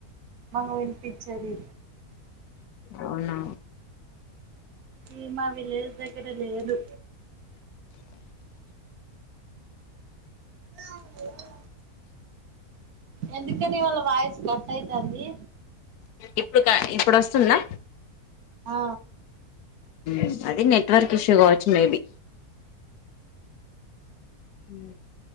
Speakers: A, on the right; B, on the left.
A: ఆ వినిపిచది
B: అవునా
A: ఈ మా విలేజ్ దగ్గర లేదు అంత ఎందుకని వాళ్ళ వాయిసు కట్ అయితంధి
B: ఇప్పుడు క ఇప్పుడు వస్తుందా
A: ఆ
B: ఉం అది నెట్వర్క్ ఇష్యూ కావచ్చు మేబి అ